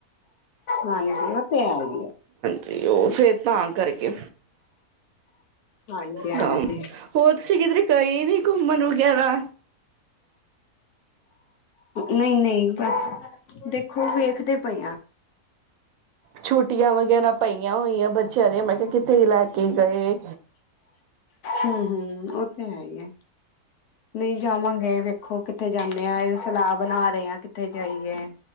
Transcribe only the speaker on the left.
ਹਾਂਜੀ ਓ ਤੇ ਹੈ ਹੀ ਆ।
ਹਾਂਜੀ-ਹਾਂਜੀ,
ਨਈ-ਨਈ ਬਸ ਦੇਖੋ ਵੇਖਦੇ ਪਏ ਆ
ਹੂੰ-ਹੂੰ ਉਹ ਤੇ ਹੈ ਈ ਐ ਨਹੀਂ ਜਾਵਾਂਗੇ ਵੇਖੋ ਕਿੱਥੇ ਜਾਂਨੇ ਆ ਇਹ ਸਲਾਹ ਬਣਾ ਰਹੇ ਹਾਂ ਕਿੱਥੇ ਜਾਈਏ।